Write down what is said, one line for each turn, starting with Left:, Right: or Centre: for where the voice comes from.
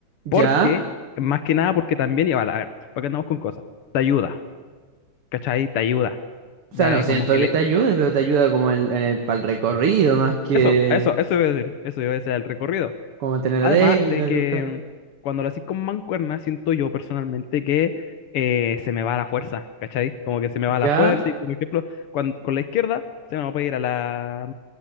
Right: ¿Ya?
Left: porque, más que nada, porque también, y iba a ver, para porque andamos con cosas, te ayuda, ¿cachai? Te ayuda. Da-
Right: O sea, no siento
Left: como que
Right: que
Left: le...
Right: te ayude, pero te ayuda como en, en el, para el recorrido más que
Left: Eso, eso, eso iba a decir, eso iba a decir el recorrido.
Right: como mantener
Left: Además
Right: la técnica,
Left: de que
Right: que- claro.
Left: cuando lo haces con mancuerna, siento yo personalmente que eh, se me va la fuerza, ¿cachai? Como que se me va
Right: ¿Ya?
Left: la fuerza y, por ejemplo, cuan- con la izquierda se me puede ir a la...